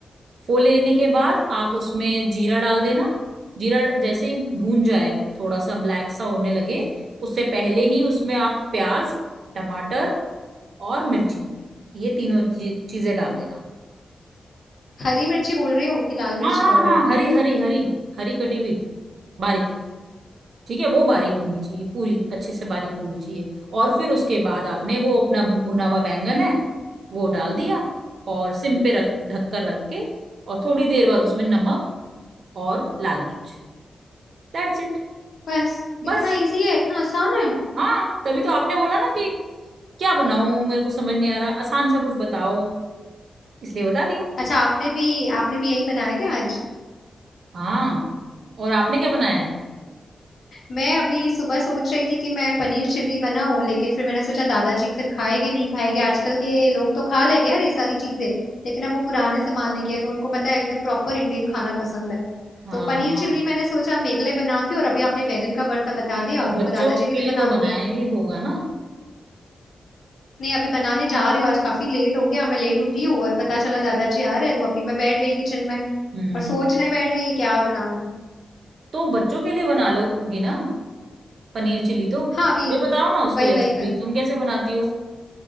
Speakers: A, on the right; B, on the left.
A: फो लेने के बाद आप उसमें जीरा डाल देना जीरा जैसे ही भून जाए थोड़ा सा ब्लैक सा होने लगे उससे पहले ही उसमें आप प्याज टमाटर और मिर्ची ये तीनों ची- चीजें डाल देना
B: हरी मिर्ची बोल रही हो कि लाल
A: हाँ
B: मिर्ची
A: हाँ
B: पाउडर
A: हाँ हरी हरी हरी हरी कटी हुई बारीक ठीक है वो बारीक होनी चाहिए पूरी अच्छे से बारीक होनी चाहिए और फिर उसके बाद आपने वो अपना भ- भुना हुआ बैंगन है वो डाल दिया और सिम पे रख ढककर रख के और थोड़ी देर बाद उसमें नमक और लाल मिर्च दैट्स इट
B: बस
A: बस
B: इतना इजी है इतना आसान है
A: हाँ तभी तो आपने बोला ना कि क्या बनाऊं मेरे को समझ नहीं आ रहा आसान सा कुछ बताओ इसलिए बता दिया
B: अच्छा आपने भी आपने भी यही बनाया क्या आज
A: हाँ और आपने क्या बनाया है
B: मैं अभी सुबह सोच रही थी कि मैं पनीर चिल्ली बनाऊं लेकिन फिर मैंने सोचा दादाजी फिर खाएंगे नहीं खाएंगे आजकल के लोग तो खा लेंगे यार ये सारी चीजें लेकिन अब वो पुराने जमाने के हैं तो उनको पता है एकदम प्रॉपर इंडियन खाना पसंद है
A: हाँ
B: तो पनीर चिल्ली मैंने सोचा मेरे लिए बनाती हूँ और अभी आपने बैगन का भरता बता दिया
A: तो
B: तो
A: बच्चों
B: वो दादाजी के
A: के
B: लिए
A: लिए
B: बना
A: तो
B: दोगी
A: बनाया ही होगा ना
B: नहीं अभी बनाने जा रही हूँ आज काफी लेट हो गया मैं लेट उठी हूँ और पता चला दादाजी आ रहे हैं तो अभी मैं बैठ गई किचन में
A: हम्म
B: और सोचने बैठ गई कि क्या बनाना है
A: तो बच्चों के लिए बना लोगी ना पनीर चिली तो
B: हाँ अभी
A: ये बताओ ना उसकी
B: वही
A: रेसिपी
B: वही करूंगी
A: तुम कैसे बनाती हो